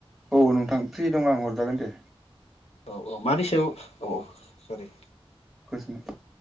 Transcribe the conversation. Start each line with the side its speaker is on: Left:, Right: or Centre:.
Centre: औ नोंथां फ्रि दं आं हरजागोन दे।
Left: औ औ मानि सायाव औ औ सरि
Centre: गोजोननाय